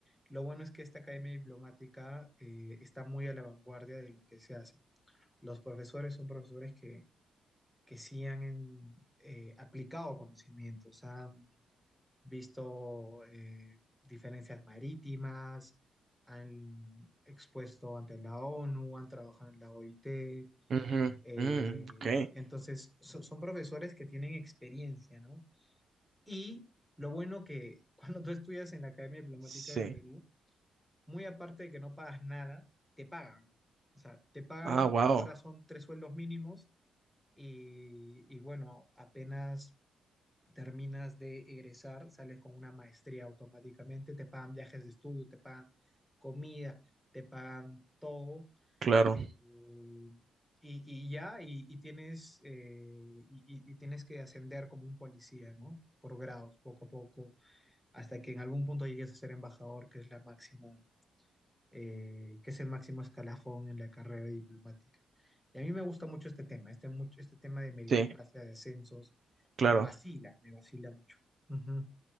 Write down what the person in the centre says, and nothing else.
Lo bueno es que esta academia diplomática eh, está muy a la vanguardia de lo que se hace. Los profesores son profesores que, que sí han en- eh, aplicado conocimientos, han visto eh, diferencias marítimas, han expuesto ante la ONU, han trabajado en la OIT.
eh,
entonces, so- son profesores que tienen experiencia, ¿no? Y lo bueno que <laughs> cuando tú estudias en la Academia Diplomática
del Perú, muy aparte de que no pagas nada, te pagan. O sea, te pagan,
ahora son tres sueldos mínimos y, y bueno, apenas terminas de egresar, sales con una maestría automáticamente, te pagan viajes de estudio, te pagan comida, te pagan todo
eh, y, y ya, y, y tienes, eh, y, y- y tienes que ascender como un policía, ¿no? Por grados, poco a poco, hasta que en algún punto llegues a ser embajador, que es la máxima, eh, que es el máximo escalafón en la carrera diplomática. Y a mí me gusta mucho este tema, este, mucho, este tema de meritocracia,
de ascensos,
me vacila, me vacila mucho. Ujú.